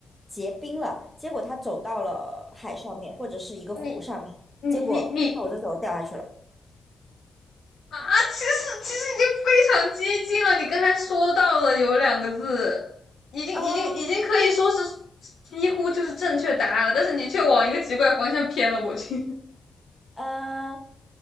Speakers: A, in the centre; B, on the left.
A: 结冰了，结果他走到了海上面或者是一个湖上面，
B: 你你你你
A: 结果走着走着掉下去了。
B: 啊，其实其实已经非常接近了。你刚才说到的有两个字，已经已经已经可以说是
A: 啊，
B: 几乎就是正确答案了，但是你却往一个奇怪方向偏了过去。
A: 呃，